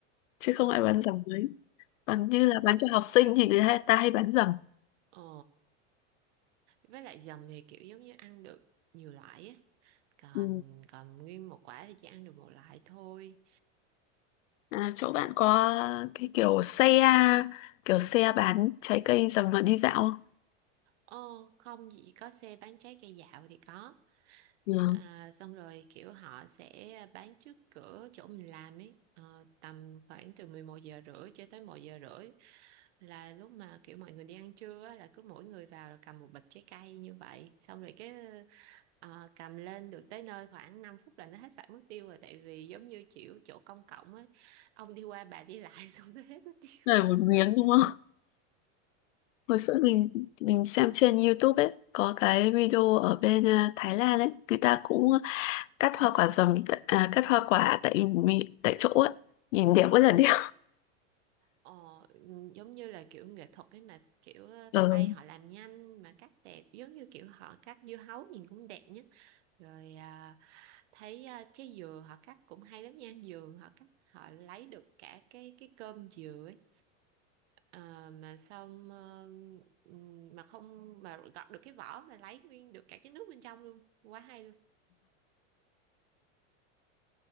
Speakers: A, on the left (about 80°); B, on the right (about 60°).
A: chứ không
B: ờ
A: ai bán dầm mấy còn như là bán cho học sinh thì người hay- ta hay bán dầm
B: ờ với lại dầm thì kiểu giống như ăn được nhiều loại á còn
A: ừ.
B: còn nguyên một quả thì chỉ ăn được một loại thôi
A: à, chỗ bạn có cái kiểu xe kiểu xe bán trái cây dầm mà đi dạo không
B: ờ không chỉ có xe bán trái cây dạo thì có
A: ừ.
B: À, xong rồi kiểu họ sẽ bán trước cửa chỗ mình làm ấy Ờ, tầm khoảng từ 11 giờ rưỡi cho tới một giờ rưỡi là lúc mà kiểu mọi người đi ăn trưa á, là cứ mỗi người vào là cầm một bịch trái cây như vậy xong rồi cái ờ, cầm lên được tới nơi khoảng 5 phút là nó hết sạch mất tiêu rồi tại vì giống như kiểu chỗ công cộng ấy ông đi qua bà đi lại <laughs> xong nó hết mất tiêu
A: Này một miếng đúng không hồi xưa mình mình xem trên YouTube ấy có cái video ở bên à, Thái Lan ấy người ta cũng cắt hoa quả dầm tại- à, cắt hoa quả tại mì- tại chỗ ấy nhìn đẹp rất là đẹp
B: Ờ, giống như là kiểu nghệ thuật ấy mà kiểu ờ,
A: ừ,
B: thấy tay họ làm nhanh mà cắt đẹp giống như kiểu họ cắt dưa hấu nhìn cũng đẹp nhé rồi à, thấy à, trái dừa họ cắt cũng hay lắm nha dừa họ cắt họ lấy được cả cái cái cơm dừa ấy Ờ, mà xong ờ, ừm, mà không mà gọt được cái vỏ mà lấy nguyên được cả cái nước bên trong luôn quá hay